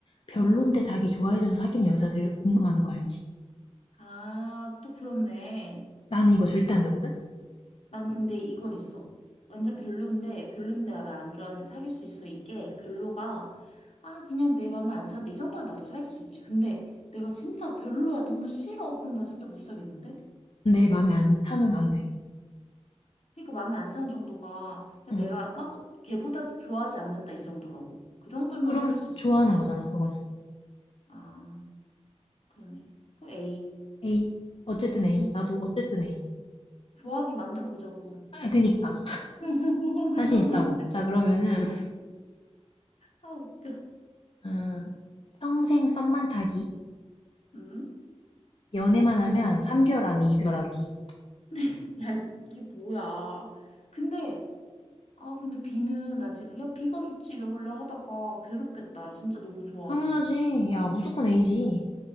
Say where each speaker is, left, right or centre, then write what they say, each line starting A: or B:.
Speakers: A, on the left; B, on the left.
A: 별론데
B: <laughs> 어.
A: 자기 좋아해줘서 사귀는 여자들 은근 많은 거 알지?
B: 아, 또 그렇네.
A: 나는 이거 절대 안 되거든?
B: 나는 근데 이건 있어. 완전 별론데, 별론데, 아, 나안 좋아하는데 사귈 수 있어. 이게 별로가, 아, 그냥 내 맘에 안 차는데, 이 정도면 나도 사귈 수 있지. 근데 내가 진짜 별로야. 너무 싫어. 그럼 나 진짜 못 사겠는데?
A: 내 마음에 안 타면 안 돼.
B: 그러니까 맘에 안 차는 정도가, 그냥
A: 응.
B: 내가 막 걔보다 좋아하지 않는다. 이 정도라고. 그 정도면
A: 그럼
B: 사귈 수 있어.
A: 좋아하는 거잖아, 그건.
B: 아, 그러네. 그럼 A.
A: A. 어쨌든 A.
B: 응.
A: 나도 어쨌든 A.
B: 좋아하게 만들어 보자고.
A: 아, 그니까.
B: <laughs>
A: 자신 있다고. 자, 그러면은,
B: 아 웃겨.
A: 아, 평생 썸만 타기.
B: 응?
A: 연애만 하면 3개월 안에 이별하기.
B: <laughs> 야 이게 뭐야? 근데 아 근데 비는 나 지금 야 비가 좋지 이러길래 하다가 괴롭겠다. 진짜 너무 좋아하면.
A: 당연하지. 야, 무조건 A지.